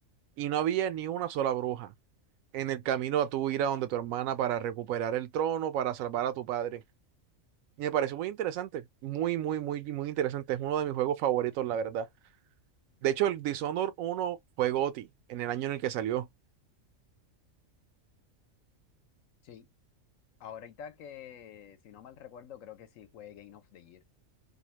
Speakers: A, on the right; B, on the left.
A: y no había ni una sola bruja en el camino a tu ir a donde tu hermana para recuperar el trono, para salvar a tu padre. Y me pareció muy interesante, muy, muy, muy, muy interesante. Es uno de mis juegos favoritos, la verdad. De hecho, el Dishonored uno fue GOTY en el año en el que salió.
B: Sí. Ahorita que, si no mal recuerdo, creo que sí fue Game of the Year.